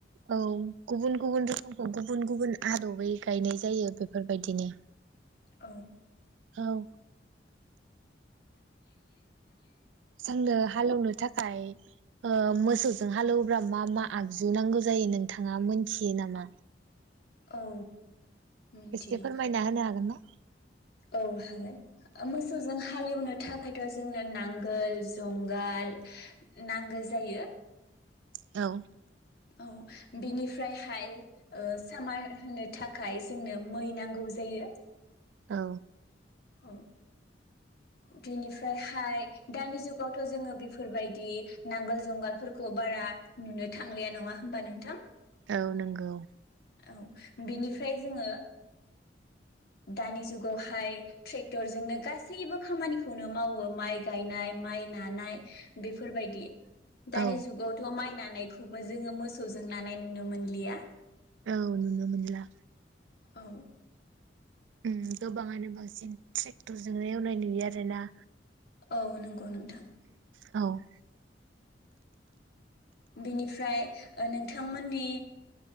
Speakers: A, on the right; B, on the left.
A: औ गुबुन गुबुन रोखोमखौ गुबुन गुबुन आदबै गायनाय जायो बेफोरबायदिनो।
B: औ।
A: औ।
B: <inaudible>
A: जोंनो हालौनो था खाय ओ मोसौजों हालौवोब्ला मा मा आगजु नांगौ जायो नोंथाङा मोनथियो नामा?
B: औ मिथिगौ
A: एसे फोरमायना होनो हागोन ना?
B: औ हागोन मोसौजों हालेवनो थाखायथ' जोंनो नांगोल, जंगाल नांगौ जायो।
A: औ
B: औ बिनिफ्रायहाय ओ सामार होनो थाखाय जोंनो मै नांगौ जायो।
A: औ
B: औ बेनिफ्रायहाय दानि जुगावथ' जोङो बेफोरबायदि नांगोल जुंगालफोरखौ बारा नुनो थांलिया नङा होमबा नोंथां?
A: औ नंगौ।
B: औ बिनिफ्राय जोङो दानि जुगावहाय ट्रेक्टरजोंनो गासैबो खामानिखौनो मावो माइ गायनाय, माइ नानाय बेफोरबायदि।
A: औ
B: दानि जुगावथ' माइ ना नायखौबो जोङो मोसौजों नानाय नुनो मोनलिया।
A: औ नुनो मोनला।
B: औ
A: उम गोबाङानो बांसिन ट्रेक्टरजों एवनाय नुयो आरो ना।
B: औ नंगौ नोंथां।
A: औ
B: बिनिफ्राय ओ नोंथांमोननि